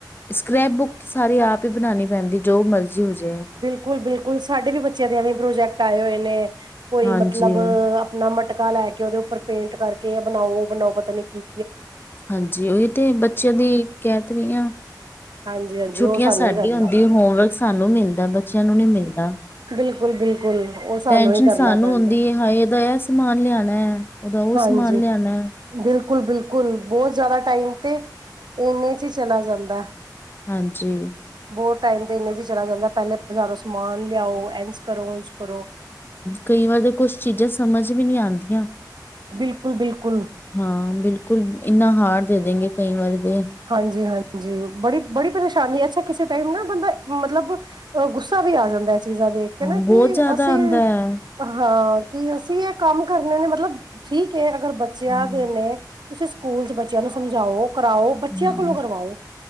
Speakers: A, on the left (about 30°); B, on the right (about 75°).
A: ਸਕ੍ਰੈਪ ਬੁੱਕ ਸਾਰੀ ਆਪ ਈ ਬਨਾਨੀ ਪੈਂਦੀ, ਜੋ ਮਰਜ਼ੀ ਹੋ ਜੇ
B: ਬਿਲਕੁਲ, ਬਿਲਕੁਲ ਸਾਡੇ ਵੀ ਬੱਚਿਆਂ ਦੇ ਐਵੀਂ ਪ੍ਰੋਜੈਕਟ ਆਏ ਹੋਏ ਨੇ, ਕੋਈ
A: ਹਾਂਜੀ
B: ਮਤਲਬ ਆਪਣਾ ਮਟ <unintelligible> ਲੈ ਕੇ ਓਦੇ ਉੱਪਰ ਪੇਂਟ ਕਰਕੇ ਐ ਬਣਾਓ, ਓ ਬਣਾਓ, ਪਤਾ ਨੀ ਕੀ
A: ਹਾਂਜੀ, ਓਈ ਤੇ ਬੱਚਿਆਂ ਦੀ ਕਹਿ ਤੇ ਰਈ ਆ
B: ਹਾਂਜੀ ਹਾਂਜੀ
A: ਛੁੱਟੀਆਂ
B: ਉਹ ਸਾਨੂੰ
A: ਸਾਡੀ
B: ਹੀ ਕਰਨਾ
A: ਹੁੰਦੀ,
B: ਪੈਂਦਾ
A: ਹੋਮਵਰਕ ਸਾਨੂੰ ਮਿਲਦਾ ਬੱਚਿਆਂ ਨੂੰ ਨੀ ਮਿਲਦਾ,
B: ਬਿਲਕੁਲ ਬਿਲਕੁਲ ਉਹ ਸਾਨੂੰ
A: ਟੈਸ਼ਨ
B: ਹੀ ਕਰਨਾ
A: ਸਾਨੂੰ
B: ਪੈਂਦਾ
A: ਹੁੰਦੀ ਏ <unintelligible> ਏਦਾ ਐ ਸਮਾਨ ਲਿਆਣਾ, ਓਦਾ ਓ
B: ਹਾਂਜੀ
A: ਸਮਾਨ ਲਿਆਣਾ।
B: ਬਿਲਕੁਲ, ਬਿਲਕੁਲ ਬੋਤ ਜ਼ਿਆਦਾ ਟਾਈਮ ਤੇ ਇਨੇ ਚ ਈ ਚਲਾ ਜਾਂਦਾ।
A: ਹਾਂਜੀ।
B: ਬਹੁਤ ਟਾਈਮ ਤੇ ਇਨੇ ਚ ਈ ਚਲਾ ਜਾਂਦਾ ਪਹਿਲੇ ਬਜ਼ਾਰੋਂ ਸਮਾਨ ਲਿਆਓ, ਐਂਜ ਕਰੋ, ਉਂਜ ਕਰੋ।
A: ਕਈ ਵਾਰ ਤੇ ਕੁਛ ਚੀਜ਼ਾ ਸਮਝ ਵੀ ਨੀ ਆਂਦੀ ਆਂ।
B: ਬਿਲਕੁਲ-ਬਿਲਕੁਲ।
A: ਹਾਂ, ਬਿਲਕੁਲ ਇੰਨਾ ਹਾਰਡ ਦੇਦੇਂਗੇ ਕਈ ਵਾਰੀ ਤੇ
B: ਹਾਂਜੀ, ਹਾਂਜੀ ਬੜੀ ਬੜੀ ਪਰੇਸ਼ਾਨੀ ਅੱਛਾ ਕਿਸੇ ਟਾਈਮ ਨਾ ਬੰਦਾ ਮਤਲਬ ਅ ਗੁੱਸਾ ਵੀ ਆ ਜਾਂਦਾ। ਚੀਜ਼ਾਂ ਦੇਖ ਕੇ
A: ਹਾਂ
B: ਨਾ
A: ਬਹੁਤ
B: ਕਿ
A: ਜ਼ਿਆਦਾ
B: ਅਸੀਂ,
A: ਆਉਂਦਾ ਹੈ
B: ਹਾਂ ਕਿ ਅਸੀ ਐ ਕੰਮ ਕਰਨੇ ਨੇ, ਮਤਲਬ, ਠੀਕ ਏ ਅਗਰ ਬੱਚਿਆਂ
A: ਹਮ,
B: ਦੇ ਨੇ ਤੁਸੀਂ ਸਕੂਲ ਚ ਬੱਚਿਆਂ ਨੂੰ ਸਮਝਾਓ, ਕਰਾਓ, ਬੱਚਿਆਂ
A: ਹਾਂ
B: ਕੋਲੋਂ ਕਰਵਾਓ।